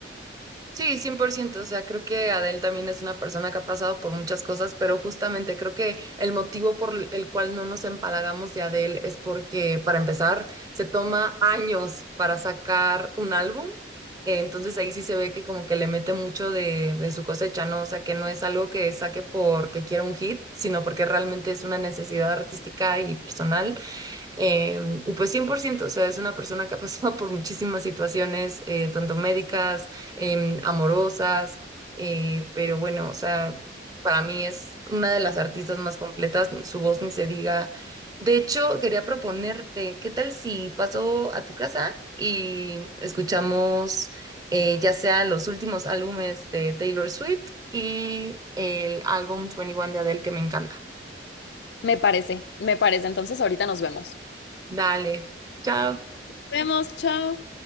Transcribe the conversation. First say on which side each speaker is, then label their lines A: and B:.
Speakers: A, on the right; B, on the left.
A: Sí, 100%. o sea, creo que Adele también es una persona que ha pasado por muchas cosas, pero justamente creo que el motivo por el el cual no nos empalagamos de Adele es porque, para empezar, se toma años para sacar un álbum, eh, entonces ahí sí se ve que como que le mete mucho de, de su cosecha, ¿no? O sea, que no es algo que saque porque quiera un hit, sino porque realmente es una necesidad artística y personal, eh, y pues cien por ciento o sea, es una persona que ha pasado <laughs> por muchísimas situaciones, eh, tanto médicas, em, amorosas, eh, pero bueno, o sea, para mí es una de las artistas más completas, su voz ni se diga. De hecho, quería proponerte, ¿qué tal si paso a tu casa y escuchamos eh, ya sea los últimos álbumes de Taylor Swift y el álbum 21 de Adele que me encanta?
B: Me parece, me parece. Entonces, ahorita nos vemos.
A: Dale, chao.
B: vemos, chao.